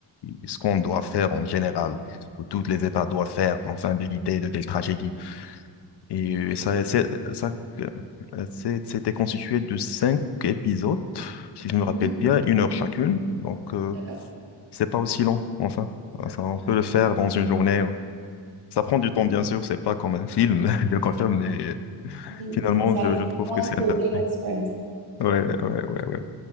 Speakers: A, on the left; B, on the right.
A: et ce qu'on doit faire en général, que tous les États doivent faire, enfin, d'éviter de telles tragédies. Et euh, ça, c'est, ça, euh, c'est- c'était constitué de cinq épisodes, si je me rappelle
B: Mhm.
A: bien, une heure chacune. Donc, euh,
B: D'accord.
A: c'est pas aussi long, enfin. Enfin, on peut le faire dans une journée. hein. Ça prend du temps, bien sûr, c'est pas comme un film, <laughs> je confirme, mais
B: Oui,
A: finalement,
B: mais ça
A: je,
B: reste
A: je trouve que
B: moins
A: c'est
B: que
A: intéressant.
B: Game of Thrones.
A: Ouais, ouais, ouais, ouais.